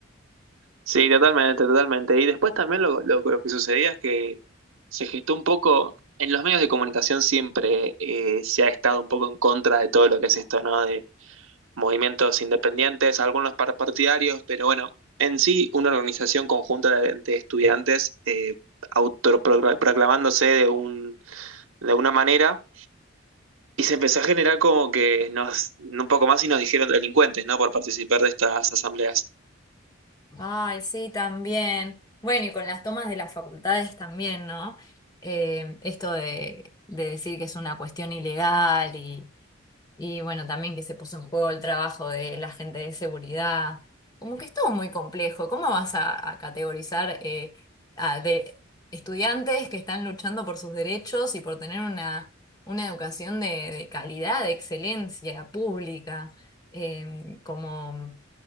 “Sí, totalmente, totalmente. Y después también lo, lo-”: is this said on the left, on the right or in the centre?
Right